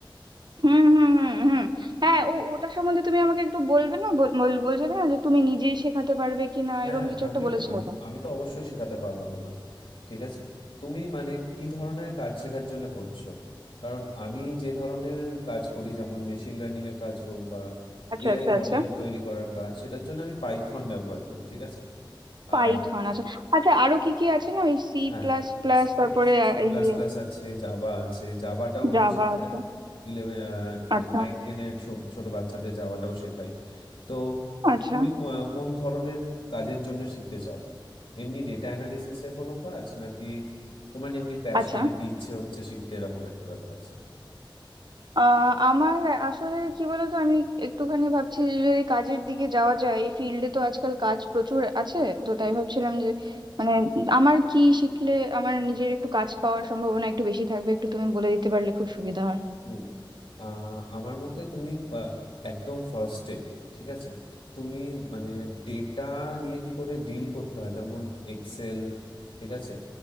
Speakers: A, on the right; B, on the left.
A: হুম হুম হুম হুম হ্যাঁ ও ওটা সম্বন্ধে তুমি আমাকে একটু বলবে না বল- বল- বলছিলে না যে তুমি নিজেই শেখাতে পারবে কিনা
B: হ্যাঁ
A: এরকম কিছু
B: আমি
A: একটা বলেছিল
B: আমি
A: তো
B: আমি তো অবশ্যই শেখাতে পারবো তোমায় ঠিক আছে তুমি মানে কি ধরনের কাজ শেখার জন্য করছো কারণ আমি যে ধরনের কাজ করি যেমন মেশিন লার্নিং এর কাজ হোক বা
A: আচ্ছা
B: এআই
A: আচ্ছা
B: মডেল
A: আচ্ছা
B: তৈরি করার কাজ সেটার জন্য আমি পাইথন ব্যবহার করি ঠিক আছে আর
A: পাইথন আছে আচ্ছা আরো কি কি আছে না ওই সি
B: হ্যাঁ
A: প্লাস প্লাস
B: সি
A: তারপরে আ,
B: সি প্লাস
A: ইয়ে
B: প্লাস আছে জাভা আছে জাভাটাও
A: জাভা
B: আমি শেখাই
A: আছে
B: ইলেভেন
A: আচ্ছা
B: নাইন টেনের ছোট বাচ্চাদের জাভাটাও শেখাই তো
A: আচ্ছা
B: তুমি কো- কোন ধরনের কাজের জন্য শিখতে চাও এমনি ডেটা অ্যানালিসিস এর কোনো কাজ নাকি তোমার এমনি প্যাশন
A: আচ্ছা
B: এমনি ইচ্ছে হচ্ছে শিখতে এরকম একটা ব্যাপার আছে
A: আহ, আমার আসলে কি বলতো আমি একটুখানি ভাবছি যে যদি কাজের দিকে যাওয়া যায় এই ফিল্ডে তো আজকাল কাজ প্রচুর আছে তো তাই ভাবছিলাম যে মানে আমার কি শিখলে আমার নিজের একটু কাজ পাওয়ার সম্ভাবনা একটু বেশি থাকবে একটু তুমি বলে দিতে পারলে খুব সুবিধা হয়
B: হুম আহ, আমার মতে তুমি পা- একদম ফার্স্টে ঠিক আছে তুমি মানে ডেটা নিয়ে কি করে ডিল করতে হয় যেমন এক্সেল ঠিক আছে